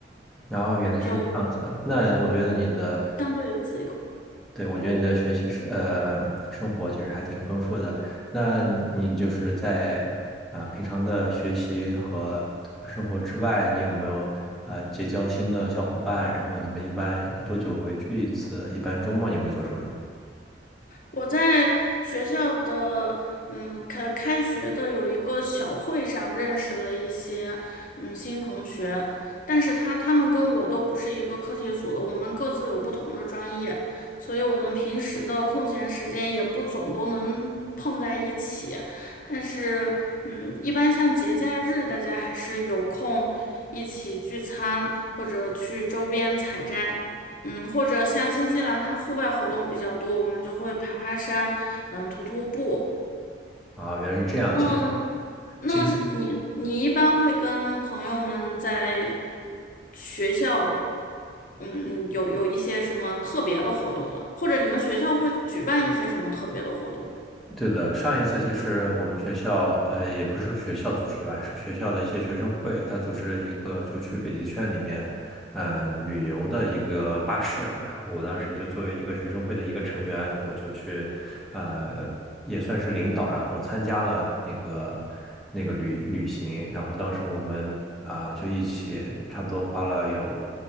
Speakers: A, in the centre; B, on the left (about 50°).
A: 然后原来是这样子，
B: 就
A: 那我觉得你的。
B: 相对于自由。
A: 对，我觉得你的学习是呃生活其实还挺丰富的。那你你就是在啊、呃平常的学习和呃生活之外，你有没有呃结交新的小伙伴？然后你们一般呃多久会聚一次？一般周末你会做什么呢？
B: 我在学校的，嗯，开开学的有一个小会上认识了一些，嗯，新同学，但是他他们跟我都不是一个课题组的，我们各自有不同的专业，所以我们平时的空闲时间也不总都能碰在一起，但是，嗯，一般像节假日，大家还是有空一起聚餐或者去周边采摘。嗯，或者像新西兰，它户外活动比较多，我们就会爬爬山，嗯，徒徒步。
A: 啊，原来是这样。
B: 那，
A: 其实
B: 那是你你一般会跟朋友们在
A: 其实
B: 学校，嗯，有有一些什么特别的活动吗？或者你们学校会举办一些什么特别的活动吗？
A: 对的，上一次其实我们学校呃也不是学校组织的吧，是学校的一些学生会，他组织了一个就去北极圈里面嗯、呃旅游的一个巴士。我当时就作为一个学生会的一个成员，我就去，呃，也算是领导，然后参加了那个那个旅旅行。然后当时我们啊、就一起差不多花了有